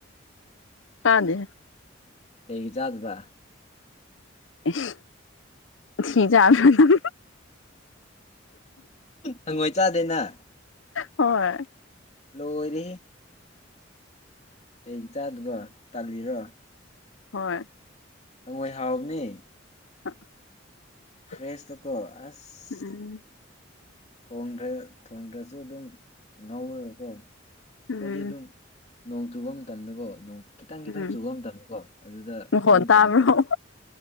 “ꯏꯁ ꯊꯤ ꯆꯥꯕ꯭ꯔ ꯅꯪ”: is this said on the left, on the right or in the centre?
Left